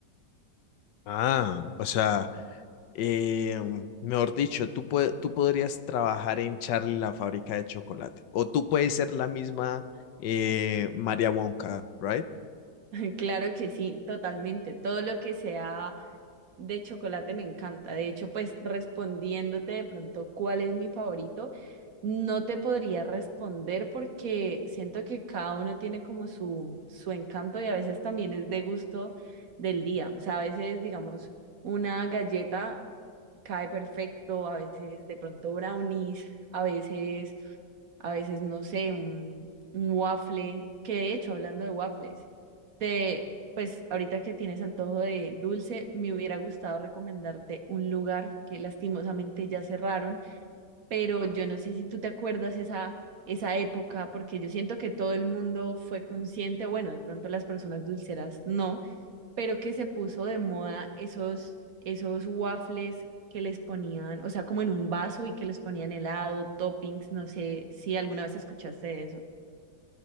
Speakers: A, on the left; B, on the right.
A: Ah, o sea, eh, mejor dicho, tú, pue- tú podrías trabajar en Charlie la fábrica de chocolate o tú puedes ser la misma eh, María Wonka, ¿right?
B: <laughs> Claro que sí, totalmente. Todo lo que sea de chocolate me encanta. De hecho, pues respondiéndote de pronto cuál es mi favorito, no te podría responder porque siento que cada uno tiene como su, su encanto y a veces también es de gusto del día. O sea, a veces, digamos, una galleta cae perfecto, a veces de pronto brownies, a veces a veces, no sé, un, un waffle, que de hecho, hablando de waffles, te, pues ahorita que tienes antojo de dulce, me hubiera gustado recomendarte un lugar que lastimosamente ya cerraron, pero yo no sé si tú te acuerdas esa, esa época, porque yo siento que todo el mundo fue consciente, bueno, de pronto las personas dulceras no pero que se puso de moda esos, esos waffles que les ponían, o sea, como en un vaso y que les ponían helado, toppings, no sé si alguna vez escuchaste de eso.